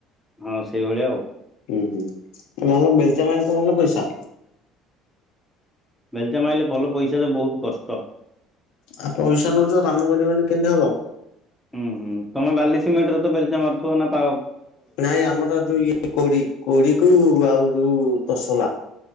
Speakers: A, in the centre; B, on the left.
A: ହଁ ସେଇଭଳିଆ ଆଉ।
B: ହୁଁ ହୁଁ ମଲ ବେଲଚା ମା। ଭଲ ପଇସା।
A: ବେଲଚା ମାରିଲେ ଭଲ ପଇସାାରେ ବହୁତ କଷ୍ଟ।
B: ଆଉ ପଇସା ନଉଛ କାମ କରିବନି କେମିତି ହବ ଆଉ
A: ହୁଁ ହୁଁ ତମେ ବାଲି ସିମେଣ୍ଟରେ ତ ବେଲଚା ମାରୁଥିବ ନା ପା
B: ନାଇଁ ଆମର ଯୋଉ ଇଏ କୋଡି କୋଡି କୁ ଆଉ ଯୋଉ ତସଲା।